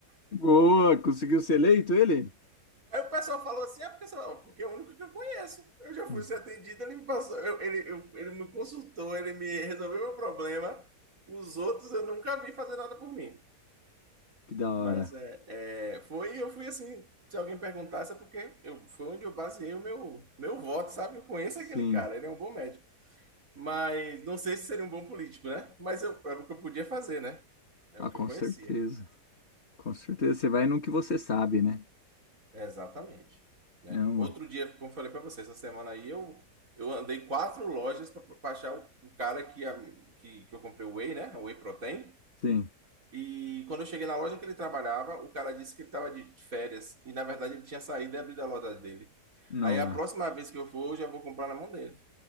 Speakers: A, on the left; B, on the right.
A: Boa, conseguiu ser eleito ele?
B: Aí o pessoal falou assim: é porque, sei lá, porque é o único que eu conheço. Eu já fui
A: Hum,
B: ser atendido, ele me passou, eu- ele, eu- ele me consultou, ele me resolveu meu problema. Os outros eu nunca vi fazer nada por mim.
A: Que da hora.
B: Mas é, é, foi, eu fui assim, se alguém perguntasse, é porque eu, foi onde eu baseei o meu, meu voto, sabe? Eu conheço
A: Sim,
B: aquele cara, ele é um bom médico. Mas não sei se seria um bom político, né? Mas eu, era o que eu podia fazer, né? É
A: ah,
B: o que
A: com
B: eu conhecia.
A: certeza. Com certeza. Você vai no que você sabe, né?
B: Exatamente, né?
A: Não,
B: Outro dia, como eu falei para você, essa semana aí eu, eu andei quatro lojas para achar o, o cara que, a- que, que eu comprei o Whey, né? O Whey Protein.
A: sim.
B: E quando eu cheguei na loja que ele trabalhava, o cara disse que ele estava de férias e na verdade ele tinha saído e abrido a loja dele.
A: Nossa.
B: Aí a próxima vez que eu for, eu já vou comprar na mão dele,